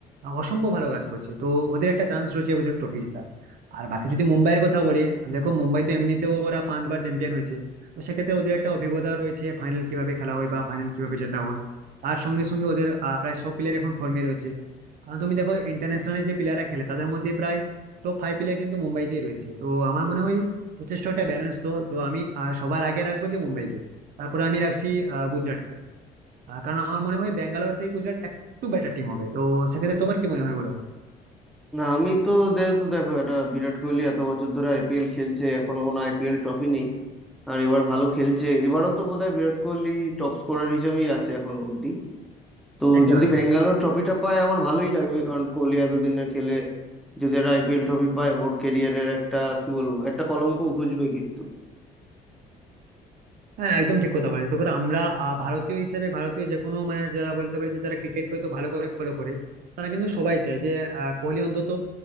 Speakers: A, on the right (about 60°); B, in the centre.
A: আহ, অসম্ভব ভালো কাজ করছে তো ওদের একটা চান্স রয়েছে এবছর ট্রফি জেতার আর বাকি যদি মুম্বাইয়ের কথা বলি দেখো মুম্বাই তো এমনিতেও ওরা পাঁচবার চ্যাম্পিয়ন হয়েছে তো সেক্ষেত্রে ওদের একটা অভিজ্ঞতা রয়েছে ফাইনাল কিভাবে খেলা হয় বা ফাইনাল কিভাবে জেতা হয় তার সঙ্গে সঙ্গে ওদের আহ, প্রায় সব প্লেয়ার এখন ফর্মে রয়েছে কারণ তুমি দেখো ইন্টারন্যাশনালে যে প্লেয়াররা খেলে তাদের মধ্যে প্রায় টপ ফাইভ প্লেয়ার কিন্তু মুম্বাইতেই রয়েছে তো আমার মনে হয় যথেষ্ট একটা ব্যালেন্স তো তো আমি আহ, সবার আগে রাখবো যে মুম্বাইকে তারপরে আমি রাখছি আহ, গুজরাটকে আহ, কারণ আমার মনে হয় ব্যাঙ্গালোর থেকে গুজরাট একটু বেটার টিম হবে তো সেক্ষেত্রে তোমার কি মনে হয় বলো
B: না আমি তো যেহেতু দেখো এটা বিরাট কোহলি এত বছর ধরে আইপিএল খেলছে এখনো কোনো আইপিএল ট্রফি নেই আর এবার ভালো খেলছে এবারও তো বোধহয় বিরাট কোহলি টপ স্কোরার হিসেবেই আছে এখনো অব্দি তো
A: একেবারে
B: যদি ব্যাঙ্গালোর ট্রফিটা পায় আমার ভালোই লাগবে কারণ কোহলি এতদিনে খেলে যদি একটা আইপিএল ট্রফি পায় ওর ক্যারিয়ারের একটা কি বলবো একটা কলঙ্ক ঘুচবে কিন্তু
A: হ্যাঁ একদম ঠিক কথা বলে দেখো আমরা আহ, ভারতীয় হিসেবে ভারতীয় যে কোনো মানে যারা বলতে পারি যে যারা ক্রিকেটকে তো ভালো করে ফলো করে তারা কিন্তু সবাই চায় যে আহ, কোহলি অন্তত